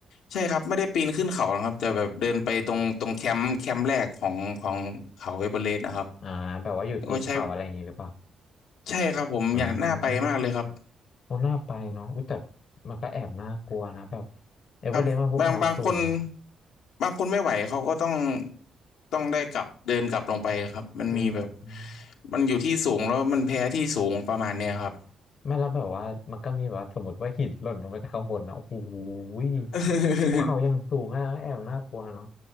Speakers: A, on the left; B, on the left.
A: ใช่ครับไม่ได้ปีนขึ้นเขานะครับแต่แบบเดินไปตรงตรงแคมป์แคมป์แรกของของเขาเอเวอเรสต์นะครับ
B: อ่าแบบว่าอยู่ตีนเขาอะไรอย่างนี้หรือเปล่า
A: แล้วก็ใช้ใช่ครับผมอยากน่าไปมากเลยครับ
B: อ๋อโอ้น่าไปเนาะอุ๊ยแต่มันก็แอบน่ากลัวนะแบบเอเวอเรสต์มาภูเขาสูงเนาะ
A: ครับบางบางคนบางคนไม่ไหวเขาก็ต้องต้องได้กลับเดินกลับลงไปครับมันมีแบบ
B: อืม
A: มันอยู่ที่สูงแล้วมันแพ้ที่สูงประมาณเนี้ยครับ
B: ไม่แล้วแบบว่ามันก็มีแบบว่าสมมติว่าหินหล่นลงมาจากข้างบนนะโอ้โหย
A: <laughs>
B: ภูเขายังสูงอ่ะแอบน่ากลัวเนาะ